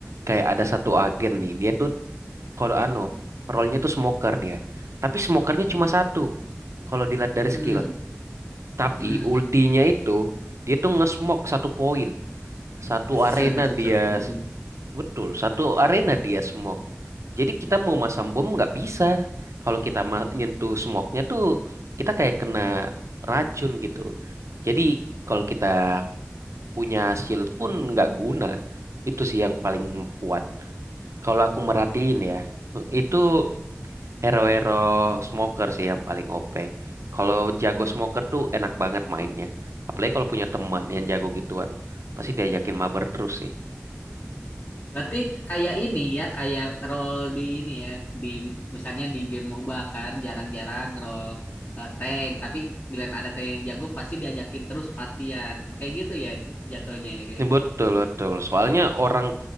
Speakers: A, on the right; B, on the left.
A: Kayak ada satu agen nih, dia tuh kalau anu, role-nya tuh smoker dia. Tapi smokernya cuma satu. Kalau dilihat dari
B: Hmm.
A: skill. Tapi
B: Hmm.
A: ultinya itu dia tuh nge-smoke satu poin, satu
B: <laughs>
A: arena
B: Seratus
A: dia
B: satu poin.
A: betul, satu arena dia smoke. Jadi kita mau masang bom nggak bisa. Kalau kita ma- nyentuh smoke-nya tuh kita kayak kena racun gitu. Jadi kalau kita punya shield pun nggak guna. Itu sih yang paling kuat. Kalau aku merhatiin ya, itu Hero-hero smoker sih yang paling OP. Kalau jago smoker tuh enak banget mainnya. Apalagi kalau punya teman yang jago gituan. Pasti diajakin mabar terus sih.
B: Berarti kayak ini ya, kayak role di ini ya, di misalnya di game MOBA kan jarang-jarang role eh, tank, tapi giliran ada tank yang jago pasti diajakin terus partian. Kayak gitu ya jatuhnya ya kayak
A: Ini
B: gitu.
A: Betul, betul. Soalnya orang